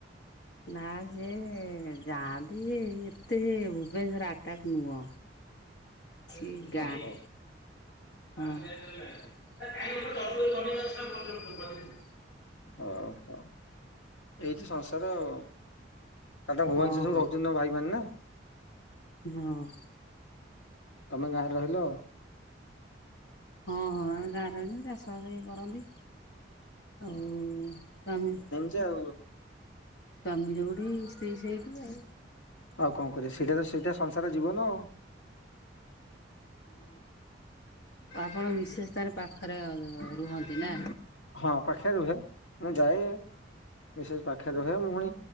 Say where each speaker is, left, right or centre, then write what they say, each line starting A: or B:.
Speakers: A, on the left (about 60°); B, on the left (about 80°).
A: ନା ସେ ଯାଆନ୍ତି ଯେ ଏତେ ସେ ଭୁବନେଶ୍ର ଆଟାକ୍ ନୁହଁ। ଛିଗାଁ
B: ଓହୋ
A: ହଁ।
B: ହଉ ହଉ ଏଇ ତ ସଂସାର ଆଉ। କାଟା ଭୁବନଶ୍ୱରରେ
A: ହଁ
B: ସବୁ
A: ହଁ
B: ରହୁଛନ୍ତି ନା ଭାଇ ମାନ୍ ନା।
A: ହଁ।
B: ତମେ ଗାଁରେ ରହିଲ।
A: ହଁ ହଁ ଆମେ ଗାଁରେ ରହିଲୁ ଚାଷ ବାସ ଏ କରନ୍ତି। ଓଉ ଶାମ <unintelligible>
B: ସେ ଆଉ,
A: ସ୍ୱାମୀ ଯୋଉଠି ସ୍ତ୍ରୀ ସେଇଠି ଆ।
B: ଆଉ କଣ କରିବ ସେଇଟା ତ ସେଇଟା ସଂସାର ଜିବନ ଆଉ।
A: ହଁ। ଆପଣ ମିଶେସ୍ ତାର ପାଖରେ ରୁହନ୍ତି ନା।
B: ହଁ ପାଖେ ରୁହେ ମୁଁ ଯାଏ ବିଶେଷ ପାଖରେ ରୁହେ ପୁଣି